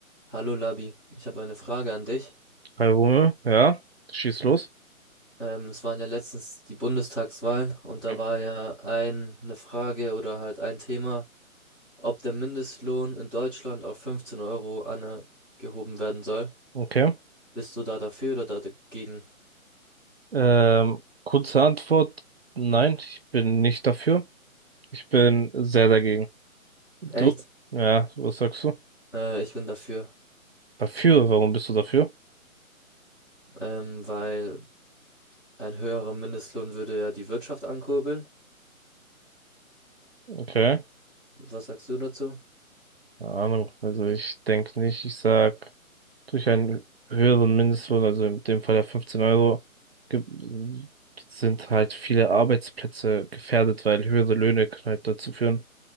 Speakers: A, in the centre; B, on the right.
A: Hallo Labi, ich habe eine Frage an dich.
B: Palme, ja, schieß los.
A: Ähm, es waren ja letztens die Bundestagswahlen und da
B: Hm.
A: war ja ein, eine Frage oder halt ein Thema, ob der Mindestlohn in Deutschland auf 15 Euro angehoben werden soll.
B: Okay.
A: Bist du da dafür oder da dagegen?
B: Ähm, kurze Antwort, nein, ich bin nicht dafür. Ich bin sehr dagegen. Du?
A: Echt?
B: Ja, was sagst du?
A: Äh, ich bin dafür,
B: Dafür? Warum bist du dafür?
A: ähm, weil ein höherer Mindestlohn würde ja die Wirtschaft ankurbeln.
B: Okay.
A: Was sagst du dazu?
B: Keine Ahnung. Also ich denke nicht, ich sag, durch einen höheren Mindestlohn, also in dem Fall ja 15 Euro, gibt- sind halt viele Arbeitsplätze gefährdet, weil höhere Löhne können halt dazu führen,